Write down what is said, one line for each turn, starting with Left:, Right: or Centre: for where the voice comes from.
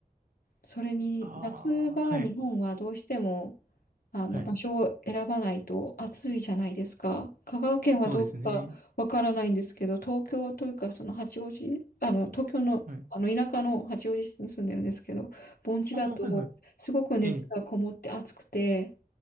Left: それに夏場、
Right: ああ、はい。
Left: 日本はどうしてもあの場所を選ばないと暑いじゃないですか。
Right: はい。
Left: 香川県はどうかわからないんですけど、
Right: そうですね。
Left: 東京というか、その八王子、あの東京の、
Right: はい。
Left: あの田舎の八王子市に住んでるんですけど、盆地だとすごく熱がこもって暑くて、
Right: ああ、はいはい。ええ。